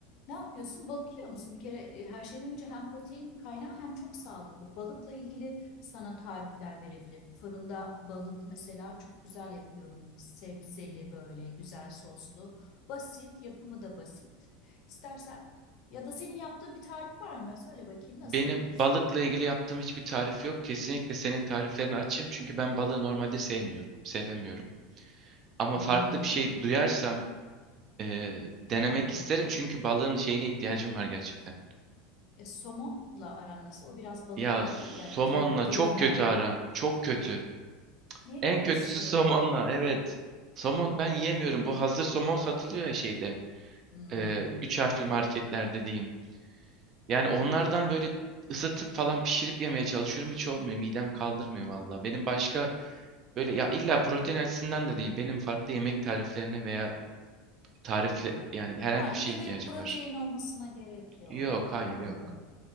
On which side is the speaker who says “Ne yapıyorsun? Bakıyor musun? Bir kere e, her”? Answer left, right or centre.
Left